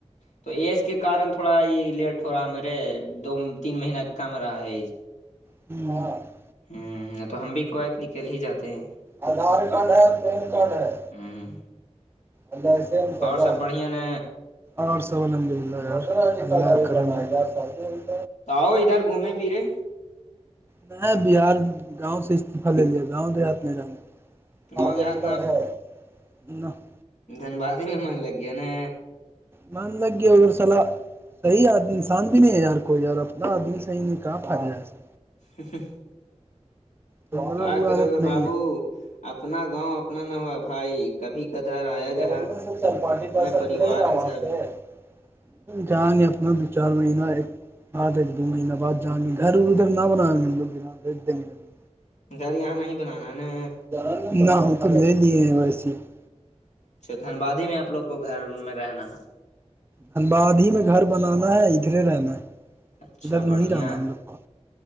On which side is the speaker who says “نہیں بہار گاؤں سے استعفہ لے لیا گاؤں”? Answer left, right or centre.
Right